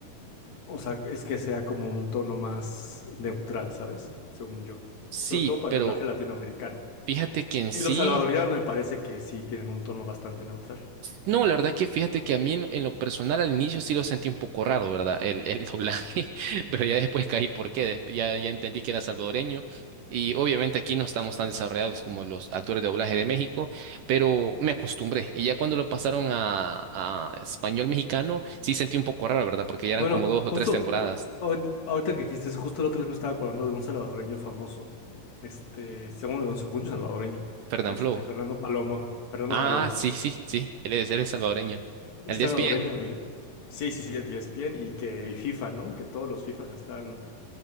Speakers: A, on the left (about 50°); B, on the right (about 70°).
A: o sea, es que sea como un tono más neutral, ¿sabes? Según yo.
B: Sí,
A: Sobre todo para
B: pero
A: el doblaje latinoamericano.
B: fíjate que en
A: Y
B: sí
A: los salvadoreños me parece que sí tienen un tono bastante neutral.
B: No, la verdad que fíjate que a mí en, en lo personal al inicio sí lo sentí un poco raro, ¿verdad? El, el doblaje, <laughs> pero ya después caí por qué, des- ya, ya entendí que era salvadoreño y obviamente aquí no estamos tan desarrollados como los actores de doblaje de México, pero me acostumbré y ya cuando lo pasaron a, a español mexicano sí sentí un poco raro, ¿verdad? Porque ya eran
A: Bueno,
B: como dos
A: justo,
B: o tres temporadas.
A: y ahor- ahorita que dijiste eso, justo el otro día me estaba acordando de un salvadoreño famoso, este, según, según yo salvadoreño,
B: Fernanfloo.
A: este, Fernando Palomo, Fernando
B: Ah,
A: Palomo.
B: sí, sí, sí, él es, él es salvadoreño.
A: Es
B: El de
A: salvadoreño.
B: ESPN.
A: el- sí, sí, sí, el ESPN y que y FIFA, ¿no? Que todos los FIFAs están